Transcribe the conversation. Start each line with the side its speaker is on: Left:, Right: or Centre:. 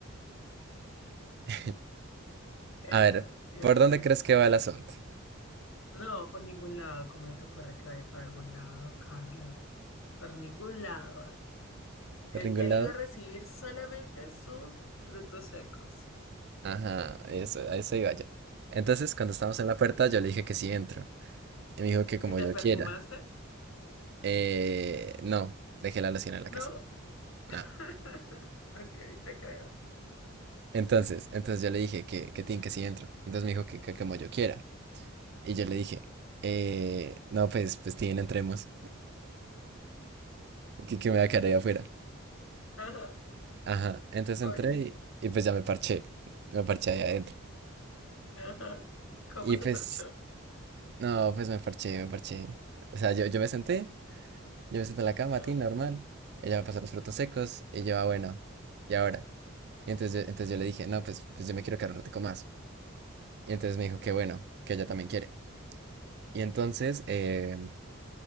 Right: <laughs>
Left: Ajá.
Right: A ver,
Left: Y
Right: ¿por
Left: entonces,
Right: dónde crees que va el asunto?
Left: no, por ningún lado, como te ocurre que vaya por algún lado, Carlos. Por ningún lado. va. Él,
Right: ¿Por ningún
Left: él
Right: lado?
Left: iba a recibir solamente sus frutos secos.
Right: Ajá, eso, a eso iba yo. Entonces, cuando estábamos en la puerta, yo le dije que sí entro. Y me dijo que como
Left: ¿Y te
Right: yo
Left: perfumaste?
Right: quiera. Eh, no, dejé la loción en la
Left: ¿No?
Right: casa.
Left: <laughs>
Right: No.
Left: Ok, te creo.
Right: Entonces, entonces yo le dije que, que tin, que sí entro. Entonces me dijo que, que como yo quiera. Y yo le dije, eh, no, pues, pues tin, entremos. Que, que me voy a quedar ahí afuera.
Left: Ajá,
Right: Ajá, entonces
Left: oye.
Right: entré y, y pues ya me parché, me parché ahí adentro.
Left: Ajá. ¿Cómo
Right: Y
Left: se
Right: pues,
Left: parchó?
Right: no, pues me parché, me parché. O sea, yo, yo me senté, yo me senté en la cama,
Left: Ajá.
Right: a ti, normal. Ella me pasó los frutos secos y yo, ah, bueno, ¿y ahora? Y entonces, yo- entonces yo le dije, no, pues, pues yo me quiero quedar un ratico más. Y entonces me dijo que bueno, que ella también quiere. Y entonces, eh,